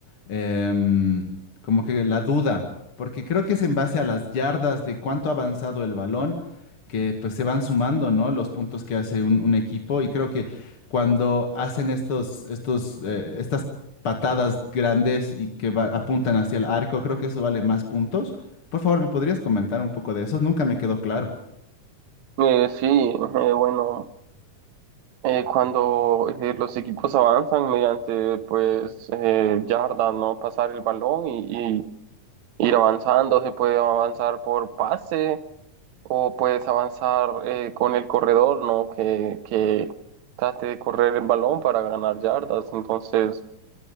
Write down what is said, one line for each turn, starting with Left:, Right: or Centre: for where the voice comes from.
Left: em, como que la duda, porque creo que es en base a las yardas de cuánto ha avanzado el balón, que pues se van sumando, ¿no? Los puntos que hace un, un equipo y creo que cuando hacen estos, estos, eh, estas patadas grandes y que va- apuntan hacia el arco, creo que eso vale más puntos. Por favor, ¿me podrías comentar un poco de eso? Nunca me quedó claro.
Right: Eh, sí, eh, bueno, eh, cuando eh, los equipos avanzan mediante pues eh, yardas, ¿no? Pasar el balón y, y ir avanzando, se puede avanzar por pase O puedes avanzar eh, con el corredor, ¿no? Que, que trate de correr el balón para ganar yardas. Entonces,